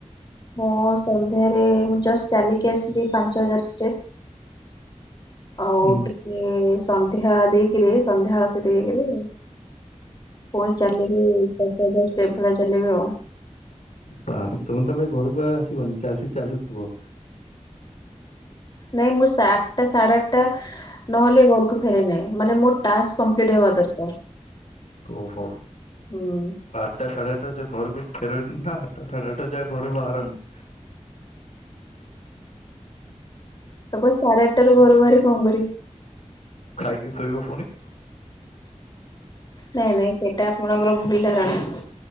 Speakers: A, on the left; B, on the left.
A: ମୁଁ ସନ୍ଧ୍ୟାରେ ମୁଁ ଜଷ୍ଟ ଚାଲିକି ଆସିଲି ପାଞ୍ଚ ହଜାର ଷ୍ଟେପ୍। ଆଉ
B: ହୁଁ
A: ଟିକେ ସନ୍ଧ୍ୟା ଦେଇକିରି ସନ୍ଧ୍ୟା ଆଳତି ଦେଇକିରି ପୁଣି ଚାଲିବି ଦଶ ହଜାର ଷ୍ଟେପ ଭଳିଆ ଚାଲିବି ଆଉ।
B: ତାପରେ ତମେ ତାହେଲେ ଘରକୁ ଆ ଆସିବନି ଖାଲି ଚାଲୁଥିବ।
A: ନାଇଁ ମୁଁ ଆଠଟା ସାଢେ ଆଠଟା ନହେଲେ ଘରକୁ ଫେରେ ନାଇଁ ମାନେ ମୋ ଟାକ୍ସ କମ୍ପ୍ଲିଟ୍ ହେବା ଦରକାର
B: ଓହୋ
A: ହୁଁ
B: ଆ ଟା ସାଢେ ଆଠଟା ଘରକୁ ଫେରନି ନା ଆଠଟା ସାଢେ ଆଠଟା ଯାଏଁ ଘରୁ ବାହାରନି?
A: ତ କ ସାଢେ ଆଠଟା ରୁ ଘରୁ ବାହାରି କଣ କରିବି?
B: ଖାଇକି ଶୋଇବ ପୁଣି।
A: ନାଇଁ ନାଇଁ ସେଟା ଆପଣଙ୍କର ଭୁଲ ଧାରଣା।